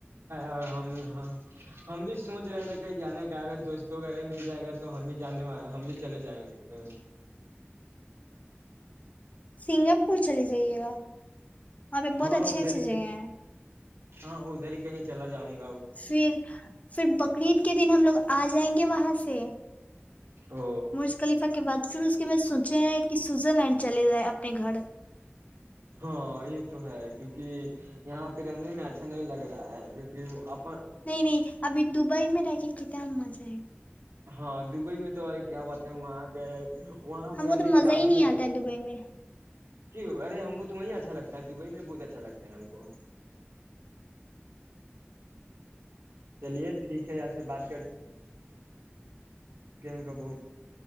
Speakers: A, on the right; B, on the left.
A: اور ہم ہاں ہم بھی سوچ رہے تھے کہیں جانے کا اگر دوستوں وغیرہ مل جائے گا تو ہم بھی جانے وال ہم بھی چلے جائیں گے کہیں
B: سنگاپور چل جائیے گا وہاں پہ بہت
A: ہاں
B: اچھی
A: ادھر
B: اچھی
A: ہی
B: جگہ ہیں
A: ہاں ادھر ہی کہیں چلا جاؤں گی
B: پھر پھر بقرعید کے دن ہم لوگ آ جائیں گے وہاں سے
A: او
B: مرز خلیفہ کے بعد پرو کے بس سوچے ہیں کہ سوئزر لینڈ چل جائے اپنے گھر
A: ہاں یہ تو ہے کیونکہ یہاں پہ رہنے میں اچھا نہیں لگ رہا ہے کیونکہ اب
B: نہیں نہیں ابھی دبئی میں رہ کے کت مجے ایک
A: ہاں دبئی میں تو کیا بت وہاں کے وہاں پہ
B: ہم
A: رہنے
B: کو تو مزہ
A: کے بعد
B: نہیں
A: ہی
B: آتا
A: الگ ہے
B: دبئی میں
A: کی ارے ہم کو تمیں اچھا لتا ہے دبئی میں بہت اچھا لگتا ہے ہم کو چلیے ٹھیک ہے آپ سے بات کر گم کا بہت